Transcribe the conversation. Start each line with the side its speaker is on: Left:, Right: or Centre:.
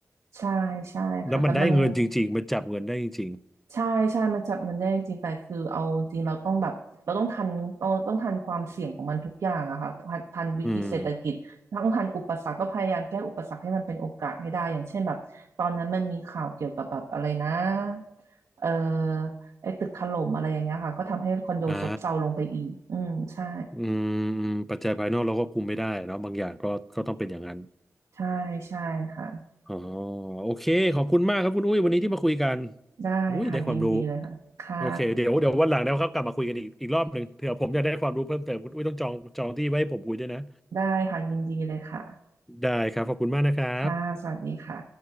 Right: ใช่ใช่ค่ะแต่มัน
Centre: แล้วมันได้เงินจริงๆมันจับเงินได้จริง
Right: ใช่ใช่มันจับเงินได้จริงๆแต่คือเอาจริงเราต้องแบบเราต้องทันต้องต้องทันความเสี่ยงของมันทุกอย่างอะค่ะทันทันวิกฤตเศรษฐกิจต้องทันอุปสรรคก็พยายามแก้อุปสรรคให้มันเป็นโอกาสให้ได้อย่างเช่นแบบตอนนั้นมันมีข่าวเกี่ยวกับแบบอะไรนะ
Centre: ๆอืม
Right: เออไอ้ตึกถล่มอะไรอย่างเงี้ยค่ะก็ทำให้คอนโดซบเซาลงไปอีกอืมใช่
Centre: อ่า อืมอืมปัจจัยภายนอกเราก็คุมไม่ได้เนาะบางอย่างก็ก็ต้องเป็นอย่างนั้น
Right: ใช่ใช่ค่ะ
Centre: อ๋อโอเคขอบคุณมากครับคุณอุ้ยวันนี้ที่มาคุยกัน
Right: ได้ค่ะยินดีเลยค่ะค่ะ
Centre: อุ้ยได้ความรู้โอเคเดี๋ยวเดี๋ยววันหลังนะครับกลับมาคุยกันอีกอีกรอบหนึ่งเผื่อผมอยากได้ความรู้เพิ่มเติมคุณอุ้ยต้องจองจองที่ไว้ให้ผมคุยด้วยนะ
Right: ได้ค่ะยินดีเลยค่ะ
Centre: ได้ครับขอบคุณมากนะครับ
Right: ค่ะสวัสดีค่ะ